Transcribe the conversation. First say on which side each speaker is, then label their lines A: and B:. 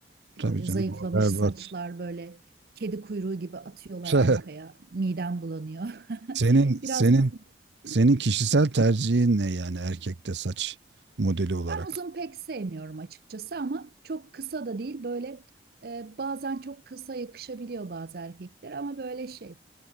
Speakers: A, on the right (about 55°); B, on the right (about 75°).
A: Böyle
B: tabii canım
A: zayıflamış
B: o berbat.
A: saçlar böyle kedi kuyruğu gibi atıyorlar
B: <laughs>
A: arkaya. Midem bulanıyor. <laughs>
B: Senin senin
A: Biraz
B: senin kişisel tercihin ne yani erkekte saç modeli olarak?
A: ben uzun pek sevmiyorum açıkçası ama çok kısa da değil böyle e, bazen çok kısa yakışabiliyor bazı erkekler ama böyle şey